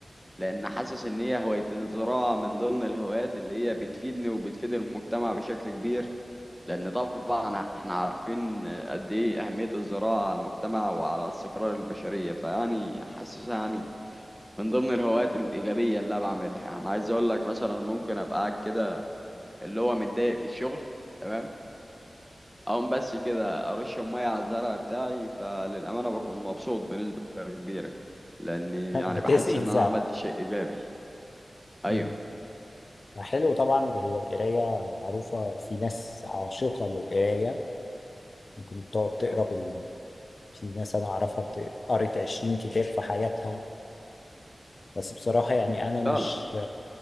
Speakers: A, in the centre; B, on the left (about 60°).
A: لان حاسس ان هي هوايه الزراعه من ضمن الهوايات اللي هي بتفيدني وبتفيد المجتمع بشكل كبير لأن طبعا احنا عارفين قد ايه أهمية الزراعة على المجتمع وعلى استقرار البشرية فيعني حاسسها يعني من ضمن الهوايات الإيجابية اللي أنا بعملها يعني عايز أقول لك مثلا ممكن أبقى قاعد كده اللي هو متضايق في الشغل تمام أقوم بس كده أرش مية على الزرع بتاعي فللأمانة بكون مبسوط بنسبة كبيرة لأني
B: <laughs>
A: يعني
B: بتسقي
A: بحس
B: الزرع
A: إن أنا عملت شيء إيجابي أيوه
B: مم. حلو طبعا اللي هي القراية معروفة في ناس عاشقة للقراية ممكن بتقعد تقرا في ناس أنا أعرفها بت- قرت 20 كتاب في حياتها بس بصراحة يعني أنا
A: فعلا
B: مش